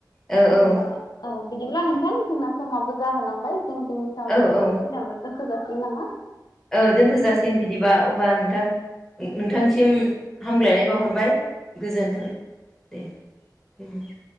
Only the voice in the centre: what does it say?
औ औ
औ औ
औ दोनथ'जासिगोन बिदिबा अबा नोंथां ओ नोंथांसिम हामग्लाय नाय बावहरबाय गोजोन्थों दे। बेनो